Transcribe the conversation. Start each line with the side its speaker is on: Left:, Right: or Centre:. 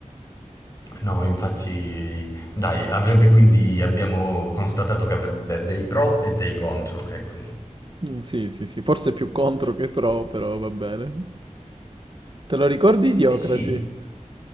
Left: No, infatti, dai, avrebbe quindi, abbiamo constatato che avrebbe dei pro e dei contro, ecco.
Right: Mm, sì, sì, sì, forse più contro che pro, però va bene. Te lo ricordi Idiocracy?
Left: Eh sì,